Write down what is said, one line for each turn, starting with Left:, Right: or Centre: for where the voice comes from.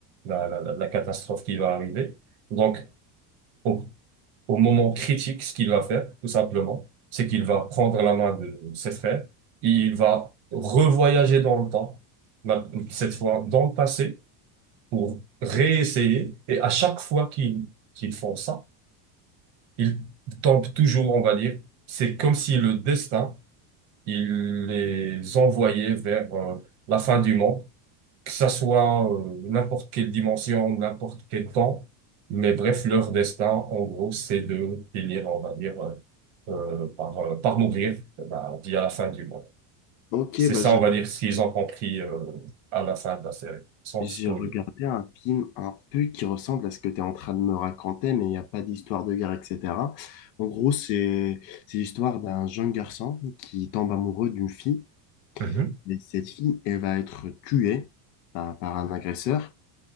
Right: la, la, la, la catastrophe qui va arriver. Donc, au, au moment critique, ce qu'il va faire, tout simplement, c'est qu'il va prendre la main de ses frères, il va revoyager dans le temps, ma- cette fois dans le passé, pour réessayer. Et à chaque fois qu'ils qu'ils font ça, ils tombent toujours, on va dire. C'est comme si le destin, il les envoyait vers euh, la fin du monde, que ça soit euh, n'importe quelle dimension, n'importe quel temps. Mais bref, leur destin, en gros, c'est de finir, on va dire, euh, euh, par, euh, par mourir eh ben, via la fin du monde.
Left: Ok,
Right: C'est
Left: bah
Right: ça,
Left: j'ai
Right: on va dire, ce qu'ils ont compris euh, à la fin de la série, sans
Left: J'ai
Right: spoiler.
Left: regardé un film un peu qui ressemble à ce que tu es en train de me raconter, mais il n'y a pas d'histoire de guerre, etc. En gros, c'est c'est l'histoire d'un jeune garçon qui tombe amoureux d'une fille,
Right: Mhm.
Left: et cette fille, elle va être tuée par, par un agresseur.